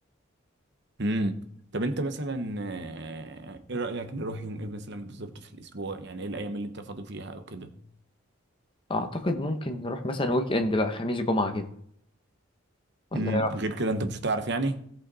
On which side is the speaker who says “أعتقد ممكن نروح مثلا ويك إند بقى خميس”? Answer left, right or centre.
Left